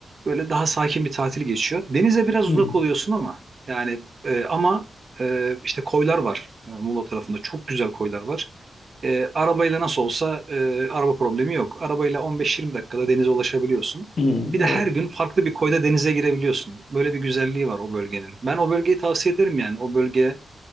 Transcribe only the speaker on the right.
Böyle daha sakin bir tatil geçiyor. Denize biraz
uzak
oluyorsun ama yani e, ama e, işte koylar var e, Muğla tarafında. Çok güzel koylar var. E, arabayla nasıl olsa e, araba problemi yok. Arabayla 15-20 dakikada denize ulaşabiliyorsun.
Bir
de her gün farklı bir koyda denize girebiliyorsun. Böyle bir güzelliği var o bölgenin. Ben o bölgeyi tavsiye ederim yani. O bölge